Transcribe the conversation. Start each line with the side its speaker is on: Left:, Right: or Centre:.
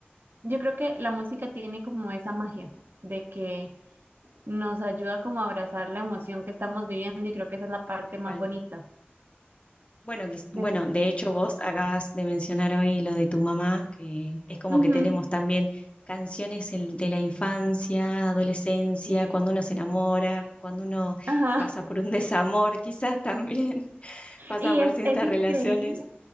Right: Yo creo que la música tiene como esa magia de que nos ayuda como a abrazar la emoción que estamos viviendo y creo que esa es la parte
Left: Tal
Right: más
Left: cual.
Right: bonita,
Left: Bueno, quiz-
Right: definitivamente.
Left: bueno, de hecho vos acabas de mencionar hoy lo de tu mamá, que es como
Right: Ujú,
Left: que tenemos también canciones en- de la infancia, adolescencia,
Right: sí.
Left: cuando uno se enamora, cuando uno
Right: Ajá.
Left: pasa por un <laughs> desamor, quizás también <laughs> pasa
Right: Y
Left: por
Right: es,
Left: ciertas
Right: es increíble,
Left: relaciones.